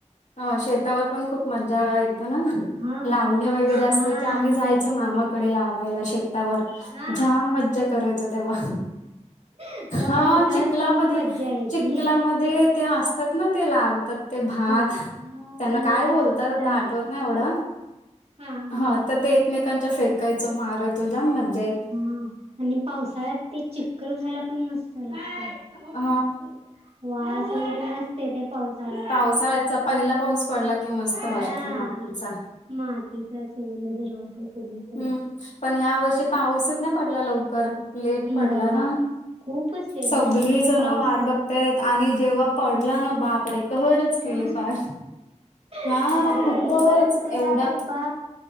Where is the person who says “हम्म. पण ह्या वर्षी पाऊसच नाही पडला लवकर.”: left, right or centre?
Left